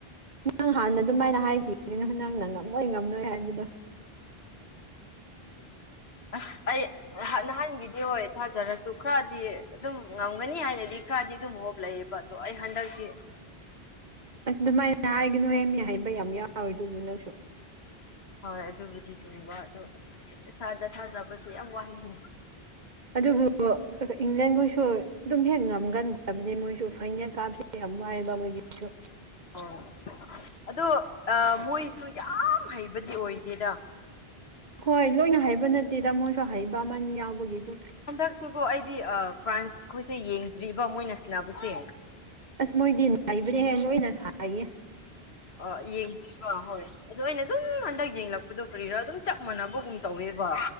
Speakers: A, on the right; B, on the left.
A: ꯅꯪ ꯍꯥꯟꯅ ꯑꯗꯨꯃꯥꯏꯅ ꯍꯥꯏꯈꯤꯕꯅꯤꯅ ꯅꯪꯅ ꯉꯝꯃꯣꯏ ꯉꯝꯅꯣꯏ ꯍꯥꯏꯕꯗꯣ
B: ꯑꯍ ꯑꯩ ꯑꯍ ꯅꯍꯥꯟꯒꯤꯗꯤ ꯍꯣꯏ ꯊꯥꯖꯔꯁꯨ ꯈꯔꯗꯤ ꯑꯗꯨꯝ ꯉꯝꯒꯅꯤ ꯍꯥꯏꯅꯗꯤ ꯈꯔꯗꯤ ꯑꯗꯨꯝ ꯍꯣꯞ ꯂꯩꯕ ꯗꯣ ꯑꯩ ꯍꯟꯗꯛꯇꯤ
A: ꯑꯁ ꯑꯗꯨꯃꯥꯏꯅ ꯍꯥꯏꯒꯅꯨꯍꯦ ꯃꯤ ꯑꯍꯩꯕ ꯌꯥꯝ ꯌꯥꯎꯔꯤꯗꯨꯕꯨ ꯅꯪꯁꯨ
B: ꯍꯣꯏ ꯑꯗꯨꯕꯨꯗꯤ ꯆꯨꯝꯕ ꯑꯗꯨ ꯏꯁꯥꯗ ꯊꯥꯖꯕꯁꯦ ꯌꯥꯝ ꯋꯥꯠꯂꯦꯅꯦ
A: ꯑꯗꯨꯕꯨ ꯏꯪꯂꯦꯟꯈꯣꯏꯁꯨ ꯑꯗꯨꯝ ꯍꯦꯛ ꯉꯝꯒꯟꯗꯕꯅꯤ ꯃꯣꯏꯁꯨ ꯐꯥꯏꯅꯦꯜ ꯀꯥꯕꯁꯦ ꯌꯥꯝ ꯋꯥꯏꯕ ꯃꯣꯏꯒꯤꯗꯨꯁꯨ
B: ꯑꯣ ꯑꯗꯣ ꯑꯥ ꯃꯣꯏꯁꯨ ꯌꯥꯝ ꯍꯩꯕꯗꯤ ꯑꯣꯏꯗꯦꯗ
A: ꯍꯣꯏ ꯂꯣꯏꯅ ꯍꯩꯕ ꯅꯠꯇꯦꯗꯥ ꯃꯣꯏꯁꯨ ꯍꯩꯕ ꯑꯃꯅꯤ ꯌꯥꯎꯕꯒꯤ ꯑꯗꯨ
B: ꯍꯟꯗꯛꯁꯤꯀꯣ ꯑꯩꯗꯤ ꯑꯥ ꯐ꯭ꯔꯥꯟꯁ ꯈꯣꯏꯁꯦ ꯌꯦꯡꯗ꯭ꯔꯤꯕ ꯃꯣꯏꯅ ꯁꯟꯅꯕꯁꯦ
A: ꯑꯁ ꯃꯣꯏꯗꯤ ꯅꯩꯕꯅꯦꯍꯦ ꯂꯣꯏꯅ ꯁꯥꯟꯅꯩꯌꯦ
B: ꯑ ꯌꯦꯡꯗ꯭ꯔꯤꯕ ꯍꯣꯏ ꯑꯗꯣ ꯑꯩꯅ ꯑꯗꯨꯝ ꯍꯟꯗꯛ ꯌꯦꯡꯂꯛꯄꯗꯣ ꯀꯔꯤꯔꯥ ꯑꯗꯨꯝ ꯆꯞ ꯃꯥꯟꯅꯕꯒꯨꯝ ꯇꯧꯋꯦꯕ